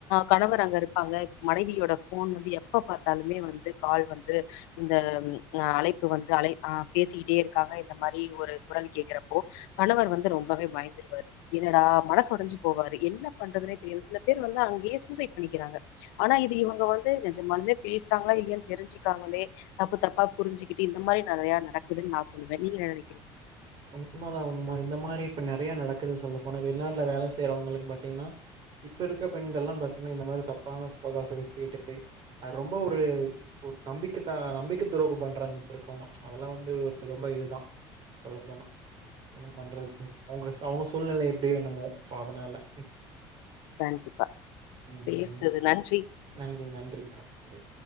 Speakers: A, on the left (about 85°); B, on the right (about 55°).
A: கணவர் அங்க இருப்பாங்க மனைவியோட ஃபோன் வந்து எப்ப பார்த்தாலுமே வந்து கால் வந்து இந்த ம்அ அழைப் பு வந்து அழை ஆ பேசிக்கிட்டேருக்காங்க இந்த மாரி ஒரு குரல் கேக்றப்போ கணவர் வந்து ரொம்பவே பயந்துருவாரு என்னடா மனசு ஒடைஞ்சு போவாரு என்ன பண்றதுனே தெரியாம சில பேர் வந்து அங்கயே சூசைட் பண்ணிக்கிறாங்க ஆனா இது இவங்க வந்து நெஜமாலுமே பேசுறாங்களா இல்லியான் தெரிஞ்சுக்காமலே தப்பு தப்பா புரிஞ்சு கிட்டு இந்த மாரி நறைய நடக்குதுன் நா சொல்லுவே நீங்கென்ன நெனைக்
B: உண்மதா உண்ம இந்த மாரி இப்ப ந றைய நடக்குதுன்னு சொல்ல போனா வெளிநாட்ல வேலை செய்யறவங்களுக்கு பாத்தீங்னா இப்பருக்க பெண்கள்லா பாத்தீங்னா இந்த மாரி தப்பான சுவகாசோ வச்சுக்கிட்டு அது ரொம்ப ஒரு ஒரு நம்பிக்கை த நம்பிக்கை துரோகம் பண்றாங்க இப்பருக்கவங்க அதெல்லா வந்து ரொம்ப இதுதா சொல்ல போனா என்ன பண்றது அவுங்க ச அவுங்க சூழ்நெல எப்டியோ என்னமோ சோ அத்னால
A: தேங்க்யூபா
B: ம்.
A: பேசுனது நன்றி
B: நன்றி நன்றிங்க்கா. நன்றி.